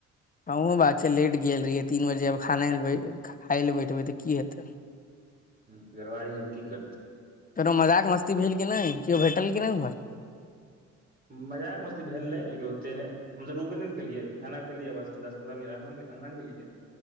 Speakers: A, on the left; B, on the right.
A: आ उहो बात छै लेट गेल रहियै तीन बजे आब खान लए खाय लए बैठबै तऽ की हेतै
B: हु घरबारी यऽ यै में की करतेै
A: कनो मजाक मस्ती भेल कि नै केओ भेटल कि नै उमहर
B: मजाक मस्ती भेल रहै लेकिन ओते नै हम सब रुकबे नै न केलियै खाना खेलियै बस दस पन्द्रह मिनटअँगना गेलियै